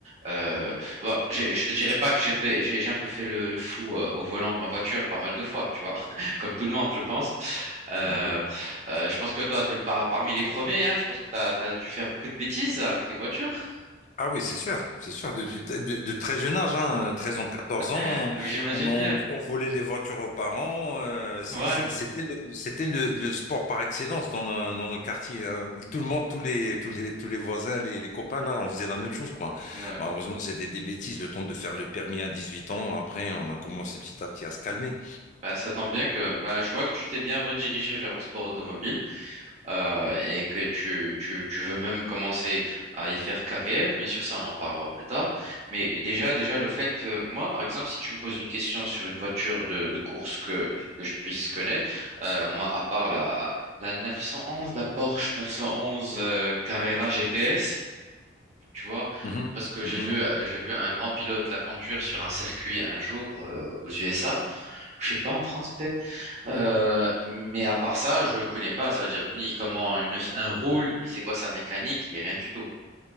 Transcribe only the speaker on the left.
Ah ben oui.
Ah oui, c'est sûr, c'est sûr, de, de- de très jeune âge, hein, 13 ans, 14 ans,
on, on,
on volait les voitures aux parents, euh, c'est-
c'est-
c'était le, c'était le, le sport par excellence dans, la- dans le quartier. hein. Tout le monde, tous les, tous les, tous les voisins, les, les copains, là, on faisait la même chose, quoi.
Malheureusement, c'était des bêtises, le temps de faire le permis à 18 ans, après, on a commencé petit à petit à se calmer.
Mhm,
mhm.